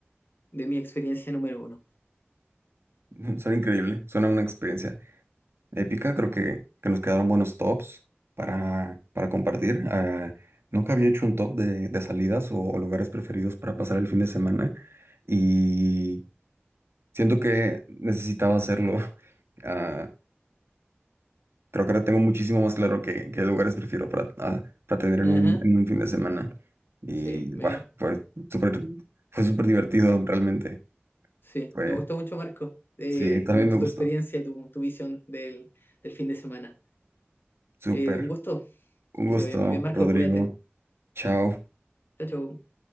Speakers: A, on the left (about 55°); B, on the right (about 65°).
A: de mi experiencia número uno.
B: <laughs> Suena increíble, suena una experiencia. épica. Creo que, que nos quedaron buenos tops para, para compartir. Ah, nunca había hecho un top de, de salidas o, o lugares preferidos para pasar el fin de semana y siento que necesitaba hacerlo. <laughs> Ah, creo que ahora tengo muchísimo más claro qué, qué lugares prefiero para, ah, para tener en
A: Ajá,
B: un, en un fin de semana. Y
A: sí, me,
B: bueno, fue súper, fue súper divertido realmente.
A: Sí,
B: Fue,
A: me gustó mucho, Marco. Eh,
B: sí, también
A: me gustó
B: me gustó.
A: tu experiencia y tu, tu visión del, del fin de semana.
B: Súper.
A: Eh, un gusto.
B: Un
A: Que
B: gusto,
A: te vaya muy bien, Marco.
B: Rodrigo.
A: Cuídate.
B: Chao.
A: Chao, chao.